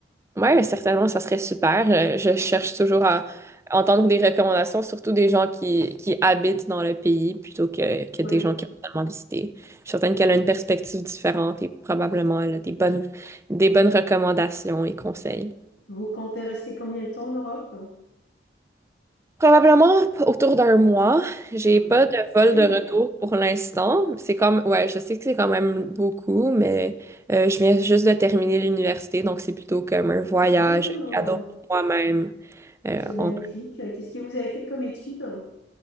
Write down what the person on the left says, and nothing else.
Ouais.
Vous comptez rester combien de temps en Europe?
Hum,
parfait.
Ah,
c'est magnifique.
Qu'est-ce que vous avez fait comme étude?